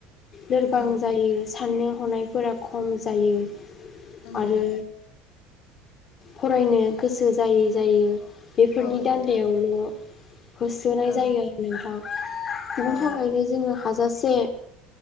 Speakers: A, on the left; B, on the left.
A: लोरबां
B: उम
A: जायो साननो हनायफोरा खम जायो।
B: उम
A: आरो फरायनो गोसो जायै जायो। फोरनि
B: औ
A: दान्दायावल
B: नोंथां
A: होसोनाय
B: औ
A: जायो आरो नोंथां बिनि
B: औ
A: थाखायनो जोंङो हाजासे